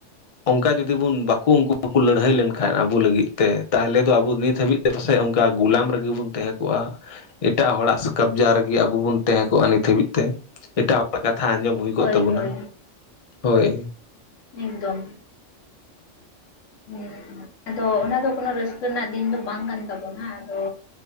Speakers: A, on the left; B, on the left.
A: ᱚᱱᱠᱟ ᱡᱩᱫᱤ ᱵᱚᱱ ᱵᱟᱠᱚ ᱩᱱᱠᱩ ᱠᱚ ᱞᱟᱹᱲᱦᱟᱹᱭ ᱞᱮᱱᱠᱷᱟᱱ ᱮᱱᱠᱷᱟᱱ ᱟᱵᱚ ᱞᱟᱹᱜᱤᱫ ᱛᱮ ᱛᱟᱦᱚᱞᱮ ᱫᱚ ᱟᱵᱚ ᱱᱤᱛ ᱦᱟᱹᱵᱤᱡ ᱛᱮ ᱯᱟᱥᱮᱡ ᱚᱱᱠᱟ ᱜᱩᱞᱟᱢ ᱨᱜᱮ ᱵᱚᱱ ᱛᱟᱦᱮᱸ ᱠᱚᱜᱼᱟ ᱮᱴᱟᱜ ᱦᱚᱲᱟᱜ ᱠᱟᱵᱽᱡᱟ ᱨᱮᱜᱮ ᱟᱵᱚ ᱵᱚᱱ ᱛᱟᱦᱮᱸ ᱠᱚᱜᱼᱟ ᱱᱤᱛ ᱦᱟᱹᱵᱤᱡ ᱛᱮ ᱮᱴᱟᱜ ᱦᱚᱲᱟᱜ ᱠᱟᱛᱷᱟ ᱟᱸᱡᱚᱢ ᱦᱩᱭ ᱠᱚᱜ
B: ᱦᱳᱭ
A: ᱛᱟᱵᱚᱱᱟ
B: ᱦᱳᱭ
A: ᱦᱳᱭ
B: ᱮᱠᱫᱚᱢ ᱦᱮ ᱟᱫᱚ ᱚᱱᱟ ᱫᱚ ᱠᱳᱱᱳ ᱨᱟᱹᱥᱠᱟᱹ ᱨᱮᱱᱟᱜ ᱫᱤᱱ ᱫᱚ ᱵᱟᱝ ᱠᱟᱱ ᱛᱟᱵᱚᱱᱟ ᱟᱫᱚ